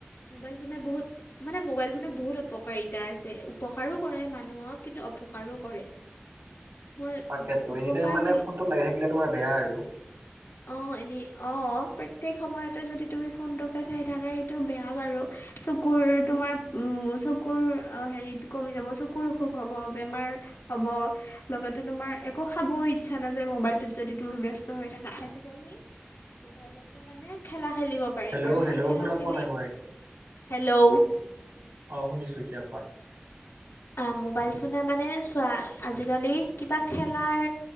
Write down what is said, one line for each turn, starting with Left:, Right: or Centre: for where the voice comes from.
Left: মোবাইল ফোনে বহুত। মানে মোবাইল ফোনত বহুত অপকাৰিতা আছে উপকাৰো কৰে মানুহক কিন্তু অপকাৰো কৰে। মই
Right: তাকেতো
Left: উপকাৰ
Right: এনিটাইম মানে
Left: বুলি
Right: ফোনত লাগি থাকিলে তোমাৰ বেয়া আৰু।
Left: অ এনে অ প্ৰত্যয়েক সময়তে যদি তুমি ফোনটোকে চাই থাকা সেইটো বেয়া বাৰু। চকুৰ তোমাৰ উ চকুৰ হেৰিত কমি যাব চকুৰ অসুখ হব বেমাৰ। হ'ব লগতে তুমাৰ একো খাবও ইচ্ছা নাযায় মোবাইলটোত যদি তুমি ব্যস্ত হৈ থা। আজিকালি মোবাইলতে মানে খেলা খেলিব। পাৰি
Right: হেল্ল'
Left: আৰু
Right: হেল্ল'
Left: সেই খেলা
Right: শুনা
Left: খেলি
Right: পোৱা নাই
Left: -হেল্ল'।
Right: মই অ শুনিছো এতিয়া কোৱা।
Left: আ মোবাইল ফোনে মানে চোৱা আজিকালি কিবা খেলাৰ।